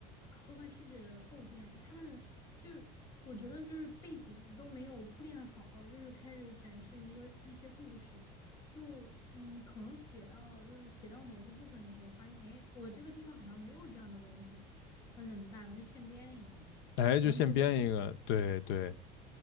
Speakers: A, on the left (about 85°); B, on the left (about 65°).
A: 科幻世界的构建，他们就是我觉得就是背景都没有铺垫好，就是开始展示一个一些故事，就嗯，可能写到就是写到某些部分的时候，发现哎，我这个地方好像没有这样的东西，那怎么办呢？就现编一个呗，
B: 哎，
A: 然后就会
B: 就现编一个，对对，